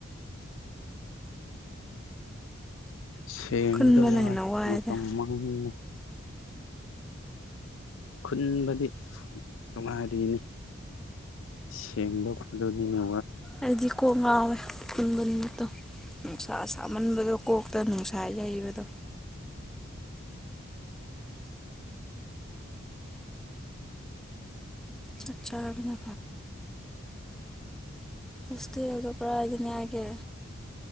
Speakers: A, on the left; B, in the centre.
A: ꯁꯦꯡꯕꯗ
B: ꯈꯨꯟꯕꯅ
A: ꯋꯥꯏ
B: ꯍꯦꯟꯅ ꯋꯥꯏꯗ
A: ꯃꯇꯝ ꯃꯥꯡꯍꯟꯉ ꯈꯨꯟꯕꯗꯤ ꯅꯨꯡꯉꯥꯏꯔꯤꯅꯤ ꯁꯦꯡꯗꯣꯛ ꯈꯗꯣꯏꯅꯤꯅꯦ
B: ꯑꯩꯗꯤ ꯀꯣ ꯉꯋꯦ ꯟꯃꯟꯕꯗꯣ ꯅꯨꯡꯁꯥ ꯁꯥꯃꯟꯕꯗꯣ ꯀꯣꯛꯇ ꯅꯨꯡꯁꯥ ꯌꯩꯕꯗꯣ ꯆꯠ ꯆꯅꯦ ꯐꯔꯦ ꯁ ꯌꯒ ꯄꯨꯔ ꯏꯅ ꯍꯥꯏꯦ